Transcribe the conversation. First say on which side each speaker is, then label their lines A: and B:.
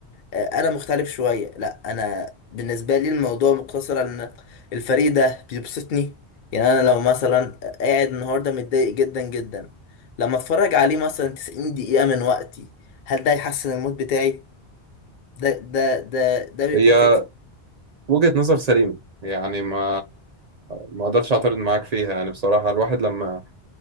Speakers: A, on the left; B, on the right.
A: انا مختلف شويه لا انا بالنسبه لي الموضوع مقتصر على ان الفريق ده بيبسطني يعني انا لو مثلا قاعد النهارده متضايق جدا جدا لما اتفرج عليه مثلا 90 دقيقه من وقتي هل ده يحسن المود بتاعي ده ده ده ده بيكون
B: هي
A: فكر
B: وجهة نظر سليمة يعني ما ما اقدرش اعترض معاك فيها يعني بصراحة الواحد لما